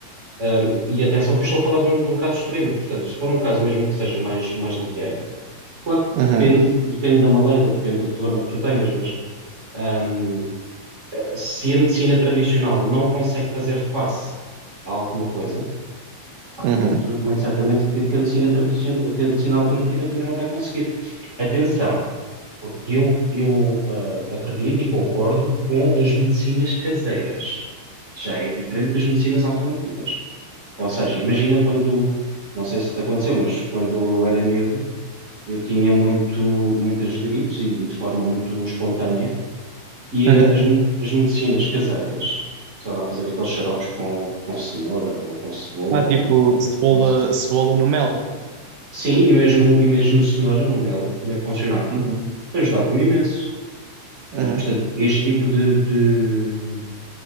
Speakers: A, on the right; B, on the right.
A: um, e atenção que eu estou a falar de um, de um caso extremo, portanto, se for um caso mesmo que seja mais, mais leviano, claro que
B: Uhum,
A: depende, depende da maleta, depende do problema que tu tenhas, mas um, se a medicina tradicional não consegue fazer face a alguma coisa, Ah,
B: uhum,
A: Muito, muito certamente que, que a medicina tradicional, que a medicina alternativa também não vai conseguir. Atenção, porque eu, eu ah, acredito e concordo com as medicinas caseiras. Já é diferente das medicinas alternativas. Ou seja, imagina quando, não sei se te aconteceu, mas quando eu era miúdo, eu tinha muito, muitas gripes e, e de forma muito espontânea, e
B: uhum.
A: ah, as, me- as medicinas caseiras, sei lá, fazer aqueles xaropes com, com cenoura ou com cebola
B: Ah, tipo, cebola,
A: ou
B: cebola no mel.
A: Sim, e mesmo, e mesmo cenoura no mel também funcionava,
B: Uhum,
A: ajudava-me imenso.
B: uhum.
A: Ah, portanto, este tipo de, de,